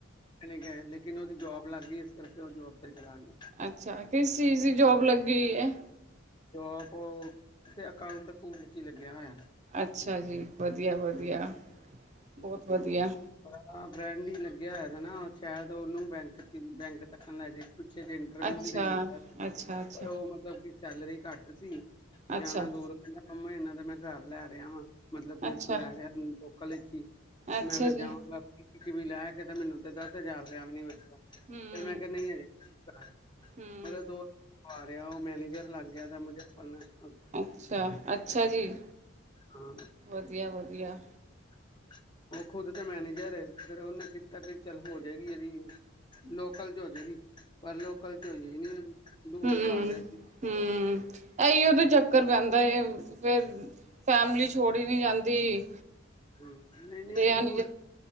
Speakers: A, on the left (about 25°); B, on the right (about 35°).
A: ਮਕੇਨਿਕ ਏ ਲੇਕਿਨ ਉਹਦੀ ਜੋਬ ਲੱਗ ਗਈ ਇਸ ਕਰਕੇ ਉਹ ਜੋਬ ਤੇ ਚਲਾ ਗਿਆ।
B: ਅੱਛਾ, ਕਿਸ ਚੀਜ਼ ਦੀ ਜੋਬ ਲੱਗੀ ਗਈ ਹੈ।
A: ਜੋਬ ਉਹ ਕਿਥੇ ਅਕਾਊਂਟ ਉਕੁਊਂਟ ਚ ਹੀ ਲੱਗਿਆ ਹੋਇਆ।
B: ਅੱਛਾ ਜੀ। ਵਧੀਆ, ਵਧੀਆ
A: ਹਾਂਜੀ।
B: ਬਹੁਤ ਵਧੀਆ।
A: ਆਹ ਫਰੈਂਡ ਹੀ ਲੱਗਿਆ ਹੈਗਾ ਨਾ ਸ਼ਾਇਦ ਉਹਨੂੰ ਬੈਂਕ ਚ ਬੈਂਕ ਤੱਕਨ ਲੈ ਜੇ। ਪਿਛੇ ਜੇ ਇੰਟਰਵਿਊ
B: ਅੱਛਾ,
A: ਵੀ ਦੇਣ ਗਿਆ ਸੀ
B: ਅੱਛਾ, ਅੱਛਾ,
A: ਪਰ ਉਹ ਮਤਲਬ ਕਿ ਸੈਲਰੀ ਘੱਟ ਸੀ
B: ਅੱਛਾ
A: ਜਾਣਾ ਦੂਰ ਪੈਂਦਾ ਮੰਮਾ ਇਹਨਾਂ ਤਾ ਮੈਂ ਘਰ ਲੈ ਰਿਹਾ ਵਾ। ਮਤਲਬ ਕਿ
B: ਅੱਛਾ,
A: ਉਥੋਂ ਲੈ ਰਿਆ ਏ। ਲੋਕਲ ਚ
B: ਅੱਛਾ
A: ਮੈਂ ਫਿਰ
B: ਜੀ।
A: ਜਾਵਾਂਗਾ। ਵੀ ਲੈ ਕੇ ਤੇ ਮੈਨੂੰ ਤੇ ਦਸ ਹਜ਼ਾਰ ਟੈਮ ਨ ਬਚਦਾ, ਤੇ
B: ਹੂੰ,
A: ਮੈਂ ਕਿਹਾ ਨਹੀਂ ਅਜੇ ਮਤਲਬ
B: ਹੂੰ।
A: ਦੋ ਆ ਰਿਹਾ ਉਹ ਮੈਨੇਜਰ ਲੱਗ ਗਿਆ ਦਾ ਮੁਜ਼ਫਰਨਗਰ।
B: ਅੱਛਾ, ਅੱਛਾ ਜੀ।
A: ਹਾਂ
B: ਵਧੀਆ, ਵਧੀਆ।
A: <unintelligible> ਉਹ ਖੁਦ ਤੇ ਮੈਨੇਜਰ ਏ। ਫਿਰ ਉਹਨੇ ਕੀਤਾ ਕਿ ਚੱਲ ਹੋ ਜੇਗੀ ਇਹਦੀ, ਲੋਕਲ ਚ ਹੋ ਜੇਗੀ, ਪਰ ਲੋਕਲ ਚ ਹੋਜੇ ਨਹੀਂ ਉਹਦੀ। ਦੂਰ
B: ਹੂੰ,
A: ਲਗਾ ਰਹੇ ਸੀ
B: ਹੂੰ। ਇਹੀਉ ਤੇ ਚੱਕਰ ਪੈਂਦਾ, ਫਿਰ ਫੈਮਲੀ ਛੋੜੀ ਨਹੀਂ ਜਾਂਦੀ।
A: ਨਹੀਂ, ਨਹੀਂ
B: ਰਿਹਾ
A: ਦੂਰ
B: ਨੀ ਜਾ